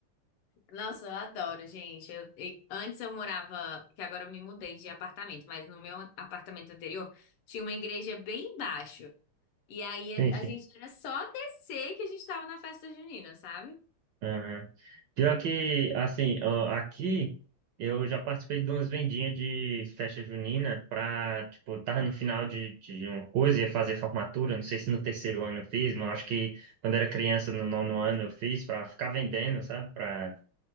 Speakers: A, on the left; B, on the right.
A: Nossa, eu adoro, gente. Eu- e- antes eu morava, que agora eu me mudei de apartamento, mas no meu apartamento anterior tinha uma igreja bem embaixo. E aí
B: Sim,
A: a
B: sim.
A: gente era só descer que a gente tava na festa junina, sabe?
B: Aham. Pior que, assim, ó, aqui eu já participei de umas vendinhas de festa junina pra, tipo, eu tava no final de, de uma coisa, ia fazer formatura, não sei se no terceiro ano eu fiz, mas eu acho que quando era criança, no nono ano eu fiz, pra ficar vendendo, sabe? Pra